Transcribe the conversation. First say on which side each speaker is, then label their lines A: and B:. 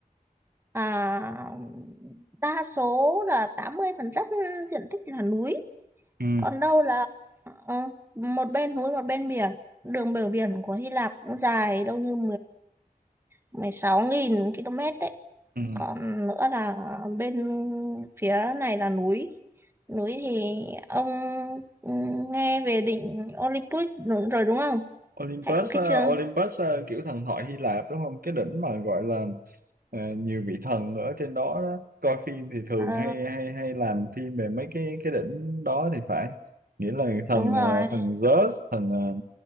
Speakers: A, on the right (about 15°); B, on the right (about 80°).
A: à, đa số là 80% diện tích là núi
B: Ừ.
A: còn đâu là ờ, một bên núi một bên biển đường bờ biển của Hy Lạp cũng dài đâu như 10 16.000 km đấy
B: Ừ.
A: còn nữa là bên phía này là núi núi thì ông ừ, nghe về đỉnh Olympus đúng rồi đúng không
B: Olympus,
A: hay có cái
B: ờ,
A: trường
B: Olympus ờ, kiểu thần thoại Hy Lạp đúng không? Cái đỉnh mà gọi là ờ, nhiều vị thần ở trên đó, đó. Coi phim thì thường
A: Ờ,
B: hay hay hay làm phim về mấy cái cái đỉnh đó thì phải. Nghĩa là thần
A: đúng rồi
B: ờ, thần Zeus, thần ờ,